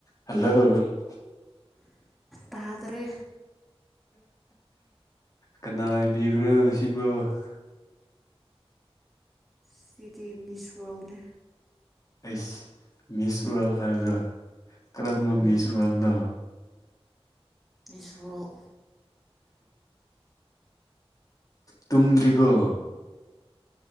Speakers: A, on the left; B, in the centre.
A: ꯍꯂꯣꯜ <unintelligible>
B: ꯇꯥꯗꯔꯦ
A: ꯀꯅꯥ ꯑꯣ ꯕꯤꯕ꯭ꯔꯣ ꯁꯤꯕꯨ <unintelligible>
B: ꯁꯤꯗꯤ ꯃꯤꯁ ꯋꯥꯔꯜꯅꯦ
A: ꯑꯩꯁ ꯃꯤꯁ ꯋꯥꯔꯜ ꯍꯥꯏꯔꯗ ꯀꯔꯝꯕ
B: ꯎꯝ
A: ꯃꯤꯁ ꯋꯥꯔꯜꯅꯣ
B: ꯏꯁ꯭ꯔꯣ
A: ꯇꯨꯝꯗ꯭ꯔꯤꯕꯣ